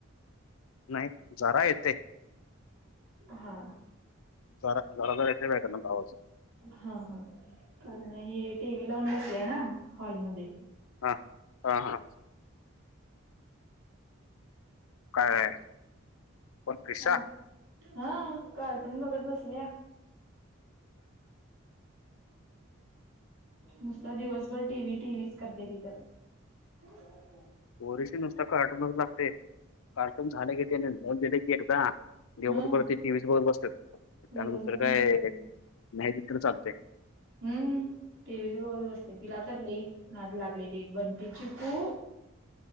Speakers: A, on the left (about 75°); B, on the right (about 80°).
A: नाही जरा येतेय.
B: हा!
A: जरा घरा येते बायग ना गावाच <unintelligible>
B: हा हा कारण हे टी व्ही लावून बसले ना हॉलमध्ये
A: हा हा हा! कायआहे. पणफेसा
B: हा. हा कार्टून बघत बसल्या. नुसत दिवसभर टीव्ही टीव्ही च करत्यात ईथ. ह <unintelligible>
A: पोरीशनी नुसत कार्टूनच लागतय, कार्टून झाल कि तिने नोंद दिले की एकदा. जव
B: हा
A: बर ते टी व्हीस बघत बसत त्यानंतर
B: दिवसभर
A: काय
B: नसतात
A: नाही दिल तरी चालते <unintelligible>
B: हूं टीविच बगत बसते तिला तर लई नाद लागली ते बंटी चिकू